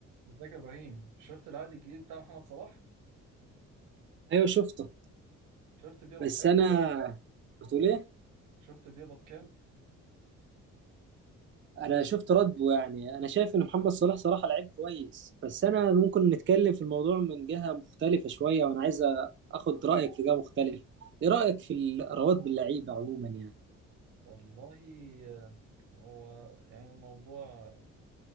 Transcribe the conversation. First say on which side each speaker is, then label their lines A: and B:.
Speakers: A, on the right; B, on the right.
A: ازيك يا ابراهيم شفت العقد الجديد بتاع محمد صلاح
B: ايوه شفته
A: شفت بيقبض
B: بس
A: كام
B: انا بتقول ايه
A: شفت بيقبض كام
B: انا شفت رده يعني انا شايف ان محمد صلاح صراحه لعيب كويس بس انا ممكن نتكلم في الموضوع من جهه مختلفه شويه وانا عايز اخد رايك في جهه مختلفه ايه رايك في الاراءات باللعيبه عموما يعني
A: والله آه، هو يعني الموضوع